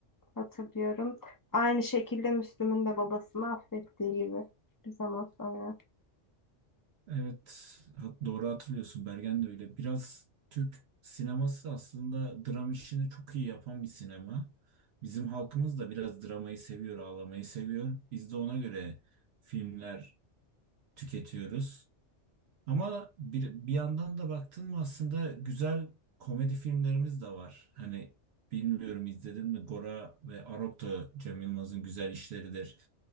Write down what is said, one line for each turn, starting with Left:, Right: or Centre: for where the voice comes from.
Left: hatırlıyorum. Aynı şekilde Müslüm'ün de babasını affettiği gibi bir zaman sonra.
Right: Evet, hat- doğru hatırlıyorsun Bergen de öyle. Biraz Türk sineması aslında dram işini çok iyi yapan bir sinema. Bizim halkımız da biraz dramayı seviyor, ağlamayı seviyor. Biz de ona göre filmler tüketiyoruz. Ama bir, bir yandan da baktın mı aslında güzel komedi filmlerimiz de var. Hani bilmiyorum izledin mi Gora ve Arok da Cem Yılmaz'ın güzel işleridir.